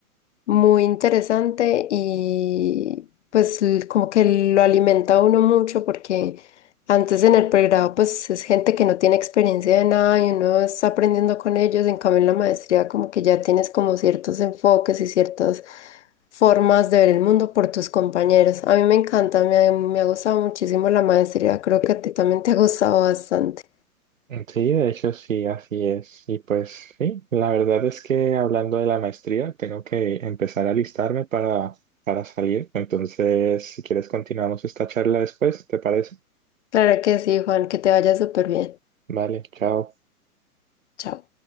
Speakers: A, on the left; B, on the right.
A: muy interesante y pues l- como que lo alimenta a uno mucho porque antes en el pregrado pues es gente que no tiene experiencia de nada y uno está aprendiendo con ellos, en cambio en la maestría como que ya tienes como ciertos enfoques y ciertas formas de ver el mundo por tus compañeros. A mí me encanta, me ha, me ha gustado muchísimo la maestría, creo que a ti también te ha gustado bastante.
B: Sí, de hecho sí, así es. Y pues sí, la verdad es que hablando de la maestría, tengo que empezar a alistarme para, para salir. Entonces, si quieres, continuamos esta charla después, ¿te parece?
A: Claro que sí, Juan, que te vaya súper bien.
B: Vale, chao.
A: Chao.